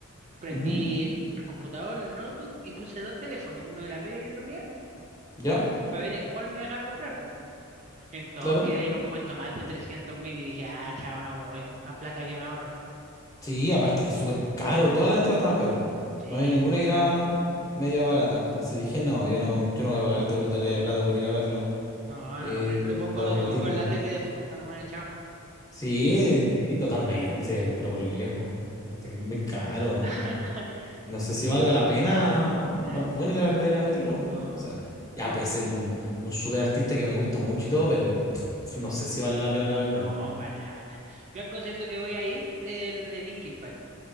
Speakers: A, on the right (about 35°); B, on the left (about 15°).
A: prendí
B: ujú,
A: el computador, el notebook y puse dos teléfonos, uno de la pega y otro mío,
B: ¿Ya?
A: para ver en cuál me dejaba comprar, pues. Entonces
B: Claro.
A: quedé en un puesto más de 300 mil y dije, ah, chao, no voy, más plata que me ahorro.
B: Sí, aparte que es súper caro, todas las entradas estaban caras.
A: Sí,
B: No había ninguna que era media barata. Entonces dije, no, yo no, yo no voy a pagar esta brutalidad de plata por ir a verlo
A: no,
B: eh,
A: no, pero lo pongo,
B: para un
A: lo
B: ratito.
A: pongo en la tele de fondo nomás y chao.
B: Sí, sí, totalmente, pero por lejos. Aparte que es muy caro.
A: <laughs>
B: No sé si valga la pena
A: Eh,
B: Bad Bunny, la verdad, ir a verlo. O
A: oh,
B: sea, ya puede ser un, un súper artista que me gusta mucho y todo, pero pff, no sé si vale la pena, la verdad.
A: no, para nada, para nada. Yo al concierto que voy a ir, el de Linkin Park.